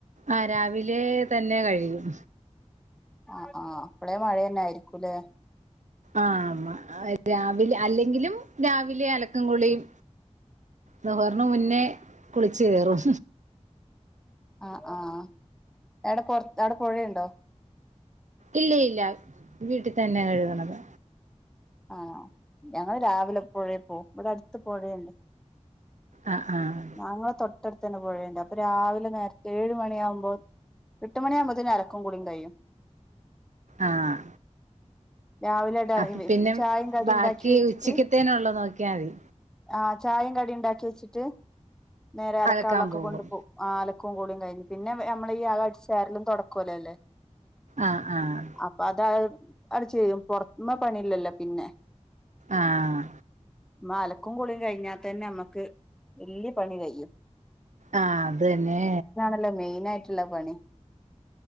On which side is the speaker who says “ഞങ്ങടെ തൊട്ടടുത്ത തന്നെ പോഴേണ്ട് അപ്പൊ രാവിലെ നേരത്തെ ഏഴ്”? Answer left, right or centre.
Centre